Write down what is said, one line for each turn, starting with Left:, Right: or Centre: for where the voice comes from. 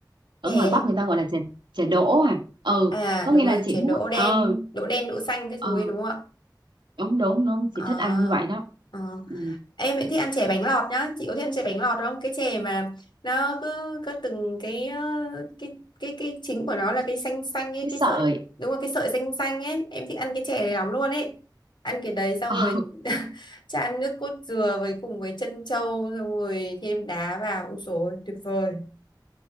Right: ở
Left: chè
Right: ngoài Bắc người ta gọi là chè chè đỗ à ừ
Left: à
Right: có
Left: đúng
Right: nghĩa
Left: rồi
Right: là chị
Left: chè đỗ
Right: muốn
Left: đen
Right: ờ
Left: đỗ đen đỗ xanh cái
Right: ờ
Left: thứ ấy đúng không ạ
Right: đúng đúng đúng chị
Left: à,
Right: thích ăn như vậy đó
Left: à.
Right: ừ,
Left: Em lại thích ăn chè bánh lọt nhá, chị có thích ăn chè bánh lọt không? Cái chè mà nó cứ cứ từng cái ờ, cái cái cái chính của nó là cái xanh xanh ấy,
Right: cái
Left: cái
Right: sợi
Left: sợi đúng rồi cái sợi xanh xanh ấy, em thích ăn cái chè này lắm luôn ấy. Ăn cái đấy xong
Right: ờ
Left: rồi <laughs> chan nước cốt dừa với cùng với trân châu xong rồi thêm đá vào, ôi dồi, tuyệt vời.